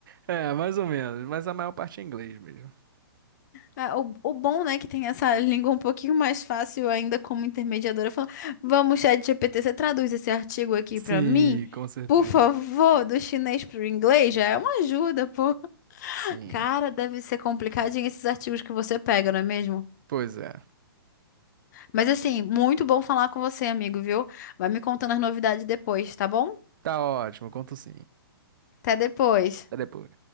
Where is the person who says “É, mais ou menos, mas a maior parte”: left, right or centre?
Right